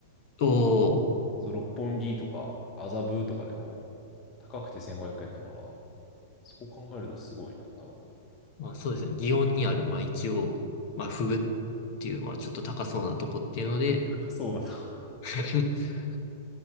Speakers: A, on the left; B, on the left.
A: おお、
B: そう、六本木とか麻布とかでも高くて1500円だから、そう考えるとすごいな。なるほど。
A: まあそうですね。祇園にある、まあ一応、まあフグっていう、まあちょっと高そうなとこっていうので、
B: <laughs> 高そうだな。
A: <laughs>